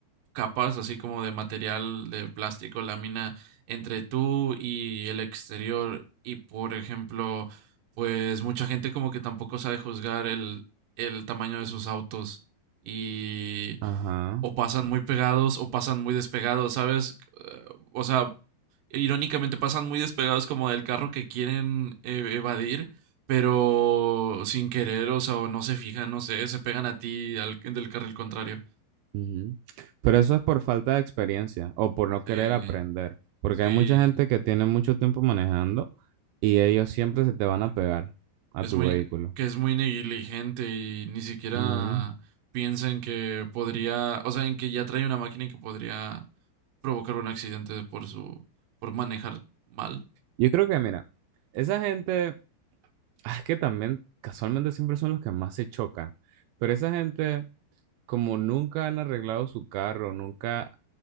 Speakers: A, on the right (about 60°); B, on the right (about 80°).
A: capas, así como de material, de plástico, lámina, entre tú y el exterior. Y, por ejemplo, pues mucha gente como que tampoco sabe juzgar el, el tamaño de sus autos. Y
B: Ajá.
A: o pasan muy pegados o pasan muy despegados, ¿sabes? Uh, o sea, irónicamente pasan muy despegados como del carro que quieren ev evadir, pero sin querer, o sea, o no se fijan, no sé, se pegan a ti al, del carril contrario.
B: Ujú. Pero eso es por falta de experiencia o por no
A: Sí,
B: querer aprender, porque
A: sí,
B: hay mucha gente que tiene mucho tiempo manejando y ellos siempre se te van a pegar a
A: es
B: tu
A: muy,
B: vehículo.
A: que es muy negligente y ni siquiera
B: Ujú.
A: piensa en que podría, o sea, en que ya trae una máquina y que podría provocar un accidente por su, por manejar mal.
B: Yo creo que, mira, esa gente, ah, es que también casualmente siempre son los que más se chocan, pero esa gente, como nunca han arreglado su carro, nunca